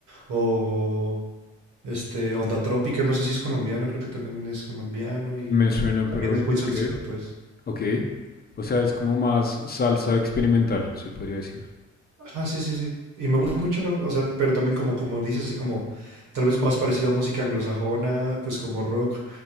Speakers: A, on the right; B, on the left.
A: O este, Onda Trópica, no sé si es colombiano, creo que también es colombiano y
B: Me suena,
A: también
B: pero
A: es muy
B: ok,
A: salsero, pues.
B: ok. O sea, es como más salsa experimental, se podría decir.
A: Ajá, sí, sí, sí. Y me gusta mucho, o sea, pero también como, como dices, así como tal vez más parecido a música anglosajona, pues como rock.